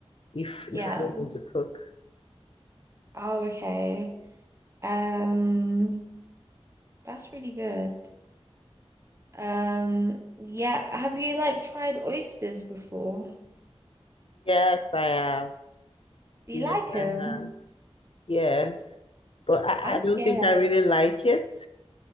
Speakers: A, on the left; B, on the right.
A: If
B: <laughs> Yeah.
A: if I don't want to cook.
B: Oh, okay. Um, that's really good. Um, yeah, have you like tried oysters before?
A: Yes, I have.
B: Do
A: Yes,
B: you like them?
A: I have. Yes. But I,
B: I'm
A: I
B: scared.
A: don't think I really like it.